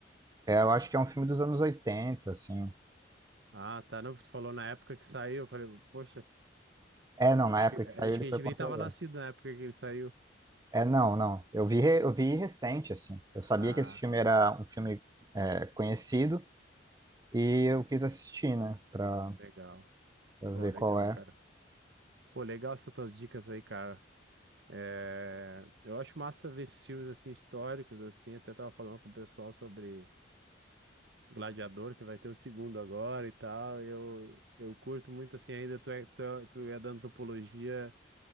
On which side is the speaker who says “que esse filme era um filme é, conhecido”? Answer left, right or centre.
Right